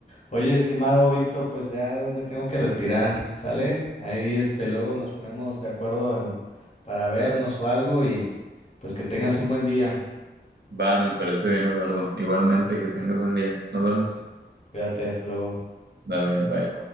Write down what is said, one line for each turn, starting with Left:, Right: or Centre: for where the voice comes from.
Left: Oye, estimado Víctor, pues ya me tengo que retirar, ¿sale? Ahí este, luego nos ponemos de acuerdo en- para vernos o algo y pues que tengas un buen día.
Right: Va, me parece bien, Eduardo. Igualmente, que tengas buen día. Nos vemos.
Left: Cuídate, hasta luego.
Right: Dale, bye.